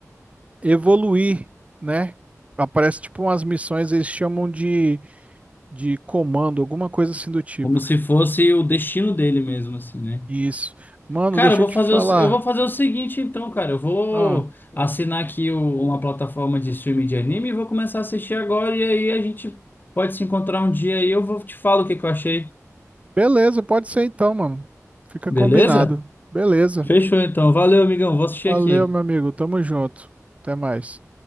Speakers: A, on the right; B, on the left.
A: evoluir, né? Aparece tipo umas missões, eles chamam de, de comando, alguma coisa assim do tipo.
B: como se fosse o destino dele mesmo, assim, né?
A: Isso. Mano,
B: Cara,
A: deixa
B: eu vou
A: eu te
B: fazer
A: falar.
B: o, eu vou fazer o seguinte então, cara. Eu vou
A: Ah,
B: assinar aqui o- uma plataforma de streaming de anime e vou começar a assistir agora. E aí a gente pode se encontrar um dia e eu vou te falar o que que eu achei.
A: beleza, pode ser então, mano. Fica
B: Beleza?
A: combinado. Beleza.
B: Fechou então. Valeu, amigão. Vou assistir
A: Valeu,
B: aqui.
A: meu amigo. Tamo junto. Até mais.